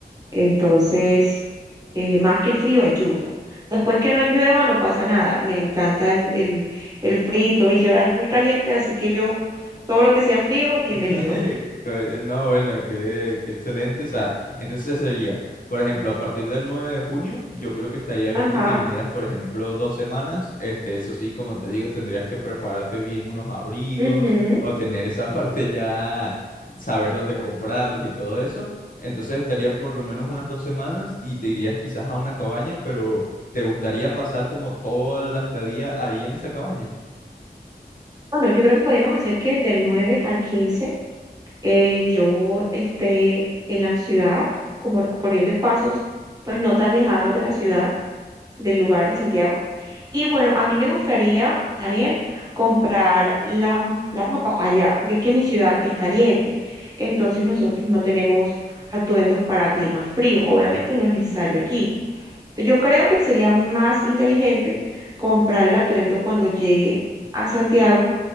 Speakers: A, on the right; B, on the left.
A: Entonces, eh, más que frío es lluvia. Después que no llueva, no pasa nada. Me encanta el, el, el frito. Mi ciudad es muy caliente, así que yo, todo lo que sea frío, bienvenido.
B: <laughs> Co- No, bueno, qué, qué excelente. O sea, entonces ese sería, por ejemplo, a partir del 9 de junio, yo creo que estaría bien
A: Ajá.
B: que te vinieras, por ejemplo, dos semanas. Este, eso sí, como te digo, tendrías que prepararte bien unos abrigos
A: Ujú.
B: o tener esa parte ya, saber dónde comprarlos y todo eso. Entonces estaría por lo menos unas dos semanas y te irías quizás a una cabaña, pero ¿te gustaría pasar como toda la estadía ahí en esa cabaña?
A: Bueno, yo creo que podríamos hacer que del 9 al 15 eh, yo esté en la ciudad, como recorriendo espacios, pues no tan lejanos de la ciudad, del lugar de Santiago. Y bueno, a mí me gustaría, Daniel, comprar la, la ropa allá, porque es que mi ciudad es caliente, entonces nosotros no tenemos atuendos para clima frío, obviamente no es necesario aquí. Entonces, yo creo que sería más inteligente comprar el atuendo cuando llegue a Santiago